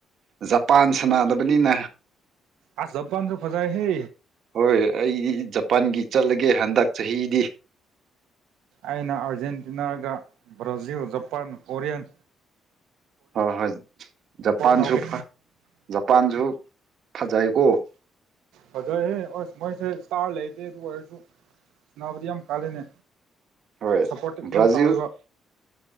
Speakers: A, on the right (about 65°); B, on the right (about 90°).
A: ꯖꯄꯥꯟ ꯁꯥꯟꯅꯗꯕꯅꯤꯅ
B: ꯑ ꯕꯕꯥꯗ꯭ꯔ ꯐꯖꯥꯏ ꯍꯦ
A: ꯍꯣꯏ ꯑꯩꯗꯤ ꯖꯄꯥꯟꯒꯤ ꯆꯠꯂꯒꯦ ꯍꯟꯗꯛ ꯆꯍꯤꯗꯤ
B: ꯑꯩꯅ ꯑꯥꯔꯖꯦꯟꯇꯤꯅꯥꯒ ꯕ꯭ꯔꯥꯖꯤꯜ ꯖꯄꯥꯟ ꯀꯣꯔꯤꯌꯥꯟ
A: ꯍꯣꯏ ꯍꯣꯏ ꯖꯄꯥꯟꯁꯨ
B: ꯇꯧꯒꯦ
A: ꯐ ꯖꯄꯥꯟꯁꯨ ꯐꯖ ꯀꯧꯕ
B: ꯐꯖꯩꯍꯦ ꯑꯁ ꯃꯣꯏꯁꯦ ꯏꯁꯇꯥꯔ ꯂꯩꯗꯦ ꯑꯗꯨ ꯑꯣꯏꯔꯁꯨ ꯁꯕꯨꯗꯤ ꯌꯥꯝ ꯀꯥꯜꯂꯤꯅꯦ
A: ꯍꯣꯏ
B: ꯁꯥꯄꯣꯔꯇꯦꯝ
A: ꯕ꯭ꯔꯥꯖꯤꯜ
B: ꯇꯧꯏꯕ